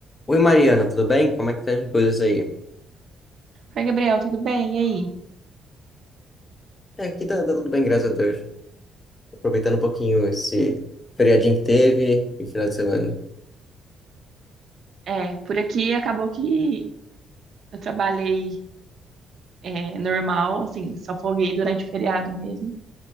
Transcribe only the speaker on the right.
Oi, Gabriel, tudo bem? E aí?
É, por aqui acabou que eu trabalhei é, normal, assim, só folguei durante o feriado mesmo,